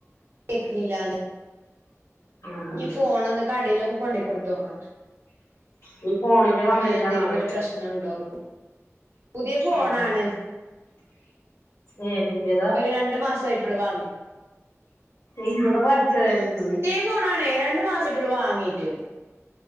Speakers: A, on the right; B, on the left.
A: കേക്ക്ണില്ലാന്ന്.
B: ആഹ്
A: ഈ ഫോണൊന്ന് കടേലൊന്ന് കൊണ്ടയി കൊടുത്തോക്കണം.
B: ഉം ഫോണിന്റെ കംപ്ലൈയിന്റാണാവേ
A: എന്തേലും വല്ല പ്രശ്നണ്ടോന്ന് പുതിയ ഫോണാണ്
B: ഉം ഏഹ് പുത്യേതാ.
A: ഒരു രണ്ടു മാസായിട്ടൊള്ളൂ വാങ്ങീ
B: ഇന്റതൊക്കെ വലിച്ചെറിയാൻ ആയിക്ക്ണ്.
A: പുത്യ ഫോണാണേ. രണ്ടു മാസായി റ്റുള്ളു വാങ്ങീട്ട്.